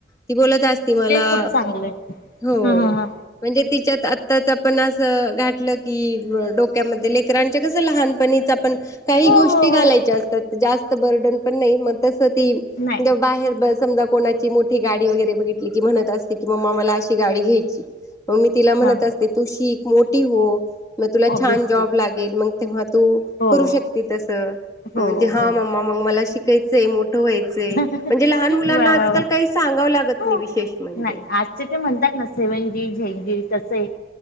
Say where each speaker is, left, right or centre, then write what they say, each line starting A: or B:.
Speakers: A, on the left (about 20°); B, on the left (about 55°).
A: त बोलत अस मला
B: ते खूप चांगलं आहे.
A: हो
B: हा हा हा
A: म्हणजे तिच्यात आताच पण अस की डोक्यामध्ये पोरांच्या कस लहानपणीच पण काही
B: हो
A: गोष्टी
B: हो
A: घालायच्या
B: हो
A: असतात जास्त बर्डन पण नाही मग तस ती
B: नाही
A: समजा कोणाची मोठी गाडी वगैरे बघितली की म्हणत असते कि मम्मा मला अशी गाडी घ्यायची मग मी तिला म्हणत
B: हा
A: असते तू शीक मो ठी हो. मग तुला
B: ऑब्विसली
A: छान जॉब लागेल मग तेव्हा तु तू
B: हो
A: करू शकती तसं
B: हो
A: मग म्हणती हा
B: हो
A: मम्मा मला शिकायचंय मोठ व्हायचंय. म्हणजे
B: वा
A: लहान मुलांना आजकाल
B: वा वा
A: काही सांगावं लागत
B: हो
A: नाही विशेष म्हणजे
B: नाही आजचे ते म्हणतात ना सेवन जी एक असये